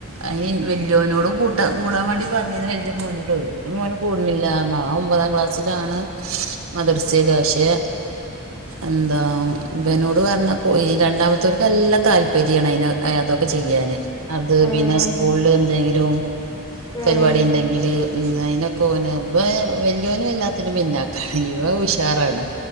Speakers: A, on the right (about 75°); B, on the left (about 20°).
A: അയിനി വല്യോനോട് കൂട്ട കൂടാൻ വേണ്ടി പറഞ്ഞത് വല്ല്യ മോനോട്ട വല്ല്യ മോന് കൂടുന്നില്ലാരണം അവൻ ഒമ്പതാം ക്ലാസ്സിലാണ് മദർസൈയിൽ പക്ഷേ
B: ഉ
A: എന്താ ഇവനോട് പറഞ്ഞ രണ്ടാമത്തെർക്ക് നല്ല താല്പര്യണ് അയി അതൊക്കെ ചെയ്യാന് അത്
B: ഉം
A: പിന്നെ സ്കൂളില്
B: ഉം
A: എന്തെങ്കിലും
B: ഉം
A: പരിപാടിണ്ടെങ്കില് ഉും അതിനൊക്കെ ഓന് വെ വല്യോനും എല്ലാത്തിനും പിന്നാക്ക ഇവം ഉഷാറാണ്.